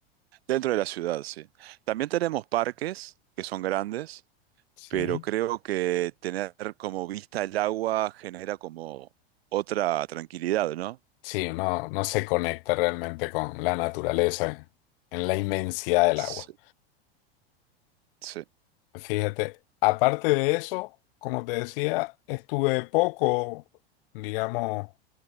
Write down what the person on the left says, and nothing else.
Sí.
Sí, uno no se conecta realmente con la naturaleza en, en la inmensidad del
agua.
Fíjate, aparte de eso, como te decía, estuve poco, digamos,